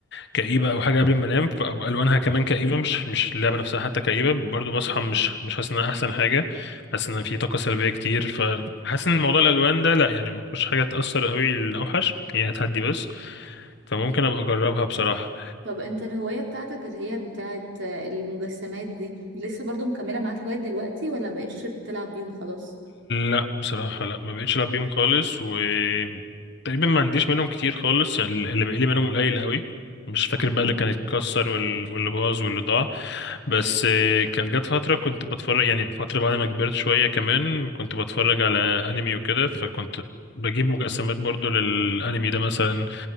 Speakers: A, on the left; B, on the right.
A: كئيبة أو حاجة قبل ما أنام ف- أو ألوانها كمان كئيبة مش مش اللعبة نفسها حتى كئيبة برضو بصحى
B: اه
A: مش مش حاسس إنها أحسن حاجة حاسس إن في طاقة سلبية كتير فحاسس إن موضوع الألوان ده لأ يعني ما فيهوش حاجة تأثر قوي الأوحش هي هتهدي بس فممكن أبقى أجربها بصراحة
B: طب انت الهواية بتاعتك اللي هي بتاعت آه، المجسمات دي لسه برضو مكملة معاك لغاية دلوقتي ولا مبقتش بتلعب بيهم خلاص
A: لا بصراحة لا ما بقتش العب بيهم خالص و تقريبا ما عنديش منهم كتير خالص يعني اللي بقالي منهم قليل قوي مش فاكر
B: امم
A: بقى اللي كان اتكسر وال- واللي باظ واللي ضاع بس آه، كان جت فترة كنت بتفرج يعني فترة بعد ما كبرت شوية كمان كنت بتفرج على انمي وكده فكنت بجيب مجسمات برضو للانمي ده مثلا